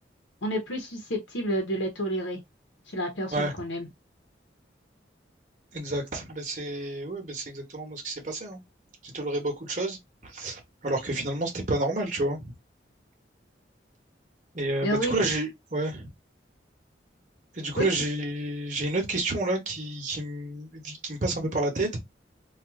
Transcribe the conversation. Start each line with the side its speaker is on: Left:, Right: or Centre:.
Left: On est plus susceptible de les tolérer chez la personne
Right: Ouais,
Left: qu'on aime.
Right: exact. Bah, c'est, ouais, bah, c'est exactement moi ce qui s'est passé, hein. J'ai toléré beaucoup de choses, alors que finalement, c'était pas normal, tu vois. Et euh,
Left: Mais
Right: bah,
Left: oui,
Right: du coup, là, j'ai, ouais. Et du coup,
Left: oui,
Right: là,
Left: tu...
Right: j'ai j'ai une autre question là qui, qui me, qui me passe un peu par la tête.